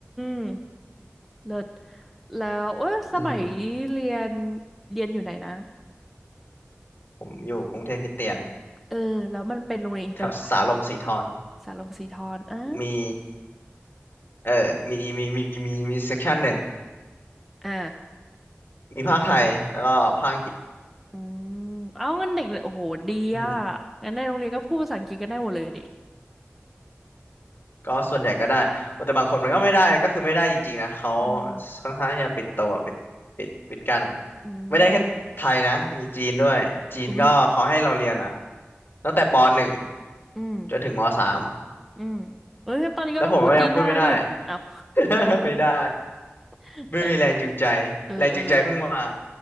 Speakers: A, in the centre; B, on the left.
A: มเลิศแล้วเอ้ยสมัย
B: อืม
A: เรียนเรียนอยู่ไหนนะ
B: ผมอยู่กรุงเทพคริสเตียน
A: เออแล้วมันเป็นโรงเรียนอินเตอร์ปะ
B: แถวสาลมสีทร
A: สาลงสีทอนอ่า
B: มีเออ มีมีมีมีมีเซกชันหนึ่ง
A: อ่า
B: มีภาคไทยแล้วก็ภาคอังกฤษ
A: อืมเอางั้นเด็กเนี่ยโอ้โหดีอ่ะ
B: อืม
A: งั้นในโรงเรียนก็พูดภาษาอังกฤษกันได้หมดเลยอะดิ
B: ก็ส่วนใหญ่ก็ได้โอ้แต่บางคนมันก็ไม่ได้ก็คือไม่ได้จริงๆนะเขา
A: อืม
B: ค่อนข้างที่จะปิดตัวปิดปิดปิดกั้น
A: อืม
B: ไม่ได้แค่ไทยนะมีจีนด้วยจีนก็เขาให้เราเรียนอ่ะ
A: อุ้ย
B: ตั้งแต่ปหนึ่ง
A: อืม
B: จนถึงมสาม
A: อืมเอ้ยงั้นตอนนี้ก็ต้องพูดจีนได้ดิอ้าว
B: แล้วผมก็ยังพูดไม่ได้ <laughs> ไม่ได้
A: <laughs>
B: ไม่มีแรงจูงใจ
A: เออเออเออ
B: แรงจูงใจเพิ่งมา